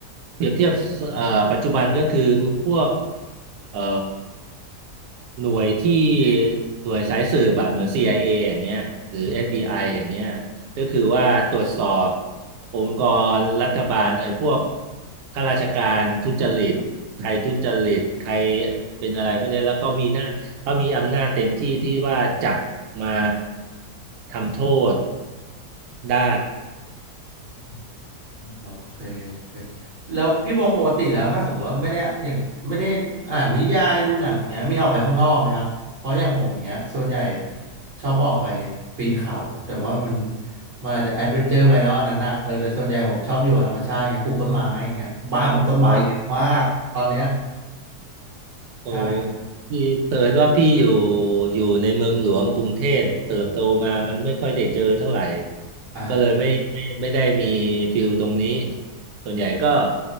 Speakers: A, on the right; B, on the right.
A: เปรียบเทียบเอ่อปัจจุบันก็คือพวกเอ่อหน่วยที่หน่วยสายสืบอะเหมือน CIA อเออย่างเงี้ยหรือ
B: อื
A: FBI อฟบีไออย่างเงี้ยก็คือว่าตรวจสอบองค์กรรัฐบาลไอ้พวกข้าราชการทุจริตใครทุจริตใครเป็นอะไรพวกเนี้ยแล้วเขามีหน้า เขามีอำนาจเต็มที่ที่ว่าจับมาทำโทษได้
B: ม โอเคโอเคแล้วพี่บงปกติแล้วถ้าสมมติว่าไม่ได้อย่างไม่ได้อ่านนิยายดูหนังเงี้ยมีออกไปข้างนอกไหมครับเพราะอย่างผมอย่างเงี้ยส่วนใหญ่ชอบออกไปปีนเขาแต่ว่ามันมันอาจจะแอดเวนเจอร์ไปเนาะอันนั้นน่ะเออแต่ส่วนใหญ่ผมชอบอยู่กับธรรมชาติเงี้ยปลูกต้นไม้อย่างเงี้ยบ้านผมต้นไม้เยอะมากตอนเนี้ย
A: โอ้โอ้
B: ใช่
A: พี่เผอิญว่าพี่อยู่อยู่ในเมืองหลวงกรุงเทพเติบโตมามันไม่ค่อยได้เจอเท่าไหร่
B: อ่า
A: ก็เลยไม่ไม่ไม่ได้มีฟิลตรงนี้ส่วนใหญ่ก็